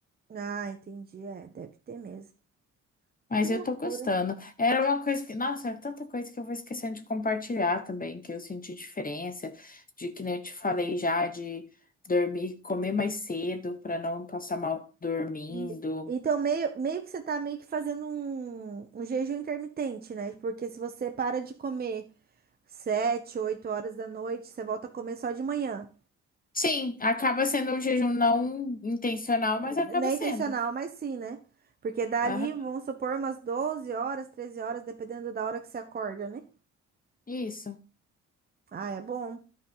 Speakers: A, on the right; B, on the left.
A: Ah, entendi, é, deve ter mesmo.
B: Mas
A: Que loucura.
B: eu tô gostando. Era uma coisa que. Nossa, é tanta coisa que eu vou esquecendo de compartilhar também, que eu senti diferença, de que nem eu te falei já, de dormir, comer mais cedo pra não passar mal dormindo.
A: E, então, meio, meio que você tá meio que fazendo um, um jejum intermitente, né? Porque se você para de comer sete, oito horas da noite, você volta a comer só de manhã.
B: Sim, acaba sendo um jejum não intencional, mas acaba
A: Não é
B: sendo.
A: intencional, mas sim, né? Porque dali,
B: Aham,
A: vamos supor, umas 12 horas, 13 horas, dependendo da hora que você acorda, né?
B: isso.
A: Ah, é bom.